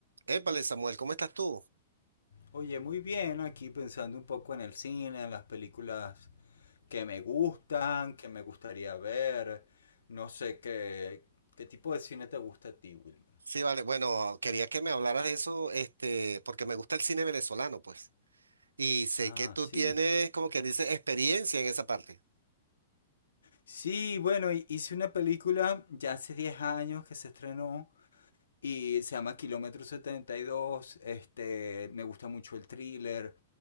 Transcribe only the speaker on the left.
Oye, muy bien, aquí pensando un poco en el cine, en las películas que me gustan, que me gustaría ver. No sé qué, qué tipo de cine te gusta a ti, Wilmer.
Ah,
sí.
Sí, bueno, hi- hice una película ya hace 10 años que se estrenó y se llama Kilómetro 72. Este, me gusta mucho el thriller.